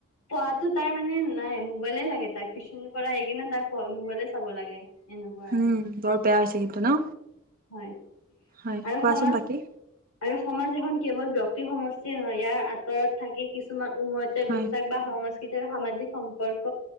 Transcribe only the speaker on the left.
পঢ়াতো তাই মানে নাইয়ে মোবাইলে লাগে তাই টিউশচন পৰা আহি কিনে তাই মোবাইলে চাব লাগে! এনেকুৱা আৰু
হয়,
আৰু
সমাজ
আৰু সমাজ এখন কেৱল ব্যক্তি সমষ্টিয়ে নহয় ইয়াৰ আঁতৰত থাকি কিছুমান উন্ময়তে
বিশ্বাস বা সংস্কৃতি আৰু সামাজিক সম্পৰ্ক